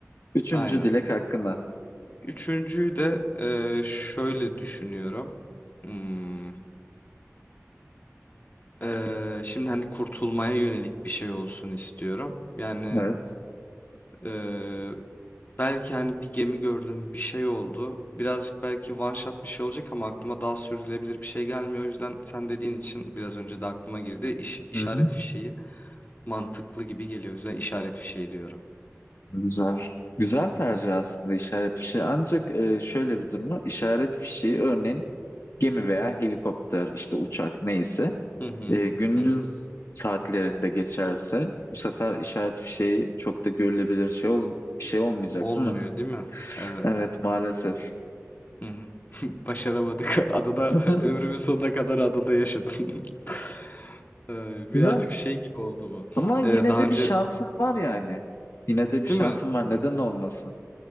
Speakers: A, on the left; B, on the left.
A: üçüncü
B: aynen.
A: dilek hakkına.
B: Üçüncüyü de eee, şöyle düşünüyorum. Hmm, eee, şimdi hani kurtulmaya yönelik bir şey olsun istiyorum. Yani
A: Evet.
B: eee, belki hani bir gemi gördüm, bir şey oldu. Birazcık belki one shot bir şey olacak ama aklıma daha sürdürülebilir bir şey gelmiyor. O yüzden sen dediğin için biraz önce de aklıma girdi. İş, işaret
A: Hı-hı.
B: fişeği mantıklı gibi geliyor. O yüzden işaret fişeği diyorum.
A: Güzel. Güzel tercih aslında işaret fişeği. Ancak e, şöyle bir durum var. İşaret fişeği örneğin gemi veya helikopter, işte uçak neyse.
B: Hı hı.
A: E, gündüz
B: Hı hı.
A: saatlerinde geçerse bu sefer işaret fişeği çok da görülebilir şey ol bir şey olmayacak
B: Olmuyor
A: değil mi?
B: değil mi? Evet.
A: Evet maalesef.
B: Hı hı. <laughs> Başaramadık. Adada
A: <laughs>
B: <laughs> ömrümün sonuna kadar adada yaşadım. <laughs> Ee,
A: Güzel.
B: Birazcık şey gibi oldu bu.
A: Ama yine
B: Ee, Daha
A: de
B: önce
A: bir şansın var yani. Yine de bir şansın
B: değil mi?
A: var. Neden
B: Hı hı.
A: olmasın?